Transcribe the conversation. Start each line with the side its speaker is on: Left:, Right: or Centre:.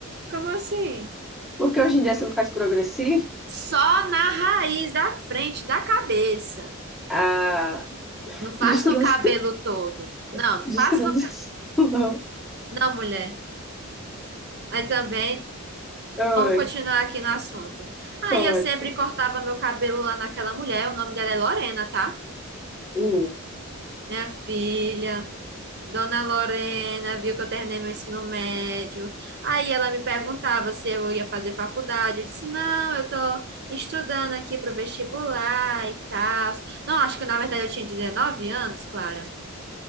Right: Como assim?
Centre: Porque hoje em dia você não faz progressivo.
Right: Só na raiz da frente da cabeça.
Centre: Ah,
Right: Não faço
Centre: destrans...
Right: no cabelo todo. Não,
Centre: <laughs> destransicionou.
Right: não faço no cabelo. Não, mulher. Aí também,
Centre: Oi,
Right: vamos continuar aqui no assunto. Aí
Centre: poxa.
Right: eu sempre cortava meu cabelo lá naquela mulher, o nome dela é Lorena, tá?
Centre: Hum,
Right: Minha filha, Dona Lorena, viu que eu terminei meu ensino médio. Aí ela me perguntava se eu ia fazer faculdade. Eu disse, não, eu tô estudando aqui pro vestibular e tal. Não, acho que na verdade eu tinha 19 anos, Clara.